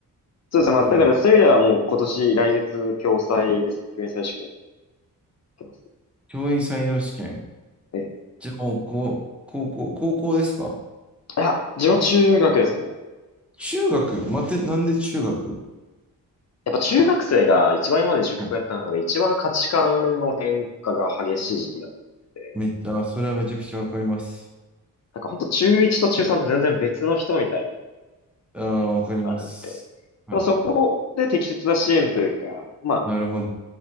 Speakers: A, on the left; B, in the centre.
A: そうですね。まあ、
B: はい。
A: だからそういう意味ではもう今年、来月、共済ですね。教員採用試験受けますね。
B: 教員採用試験。
A: ええ。
B: じゃあ、もう、こう、高校、高校ですか
A: いや、自分は中学ですね。
B: 中学待って、なんで中学
A: やっぱ中学生が一番今まで塾をやった中で一番価値観の変化が激しい時期だと思ってて、
B: はい。めっちゃ、あそれはめちゃくちゃわかります。
A: なんか本当中1と中3って全然別の人みたいな
B: ああ、わかります。
A: とこあるんで、やっ
B: はい。
A: ぱそこで適切な支援というか、まあ、
B: なるほど。